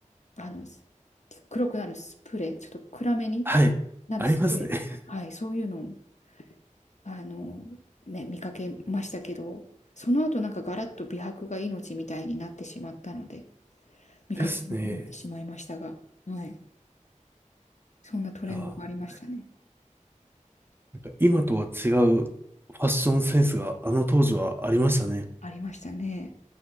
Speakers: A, on the left; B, on the right.
A: あの、黒くなるスプレー、ちょっと暗めに
B: はい。
A: なるスプレーとか、
B: ありますね。<laughs>
A: はい、そういうのを、あの、ね、見かけましたけど、その後なんかガラッと美白が命みたいになってしまったので、見かけなくなってしまいましたが、
B: ですね。
A: はい、そんなトレンドがありましたね。
B: いやーなんか今とは違うファッションセンスがあの当時はありましたね。
A: ありましたね。